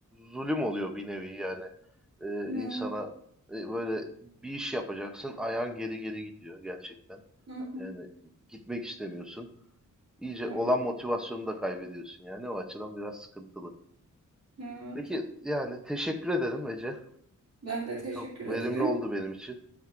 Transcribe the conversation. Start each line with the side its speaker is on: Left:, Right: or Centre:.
Centre: zulüm oluyor bir nevi yani. Ee,
Right: Evet.
Centre: insana e, böyle bir iş yapacaksın ayağın geri geri gidiyor gerçekten.
Right: Hı hı.
Centre: Yani gitmek istemiyorsun. İyice
Right: Evet.
Centre: olan motivasyonunu da kaybediyorsun yani o açıdan biraz sıkıntılı.
Right: Evet.
Centre: Peki yani teşekkür ederim Ece.
Right: Ben de teşekkür
Centre: Çok
Right: ederim.
Centre: verimli oldu benim için.